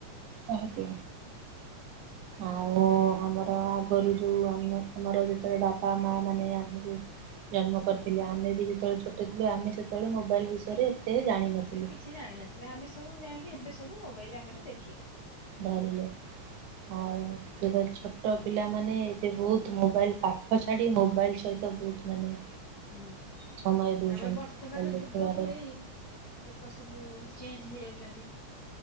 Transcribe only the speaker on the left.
ଆମେ କିଛି ଜାଣିନଥିଲା ଆମେ ସବୁ ଜାଣିକି ଏବେ ସବୁ ମୋବାଇଲ ଆମ ଦେଖିଲେ।
ହୁଁ, ହୁଁ,
ତାପରେ ବର୍ତ୍ତମାନ
ଯୁଗକୁ ନେଇ ଲୋକ ସବୁ ଚେଞ୍ଜ ହେଇଯାଉଛନ୍ତି।